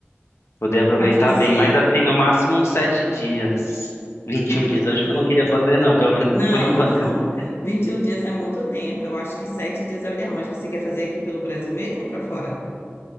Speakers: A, on the left; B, on the left.
A: Poder aproveitar
B: Mas você.
A: bem, mas assim, no máximo uns sete dias. vinte e
B: Ah,
A: um dias, eu acho
B: tá.
A: que eu não queria fazer, não, pelo menos
B: Não,
A: por enquanto.
B: <laughs> não.
A: <laughs>
B: 21 dias é muito tempo. Eu acho que sete dias é o ideal. Mas você quer fazer aqui pelo Brasil mesmo ou para fora?